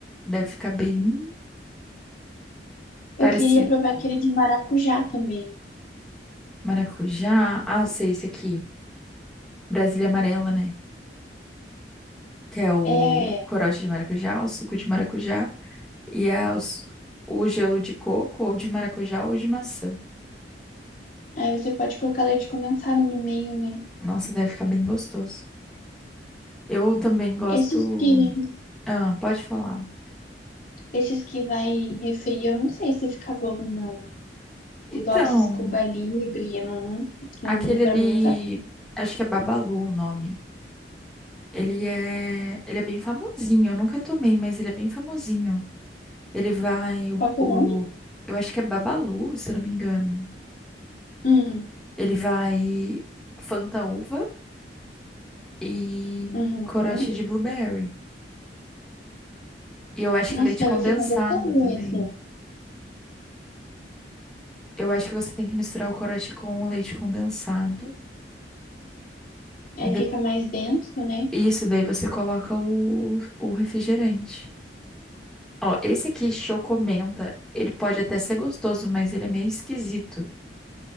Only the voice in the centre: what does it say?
Deve ficar bem parecido.
Maracujá. Ah, sei, esse aqui. Brasília amarela, né? que é o
corote de maracujá, o suco de maracujá, e é os- o gelo de coco, ou de maracujá, ou de maçã.
Nossa, deve ficar bem gostoso. Eu também gosto.
Ah, pode falar.
Então,
aquele
ali,
acho que é Babalu o nome. Ele é, ele é bem famosinho. Eu nunca tomei, mas ele é bem famosinho. Ele vai o,
o-
eu acho que é Babalu, se eu não me engano.
Ele vai Fanta uva e
corote de blueberry. E eu acho
que leite
condensado
também.
Eu acho que você tem que misturar o corote com o leite condensado.
E de-
Isso, daí você coloca o, o refrigerante. Ó, esse aqui, Chocomenta, ele pode até ser gostoso, mas ele é meio esquisito.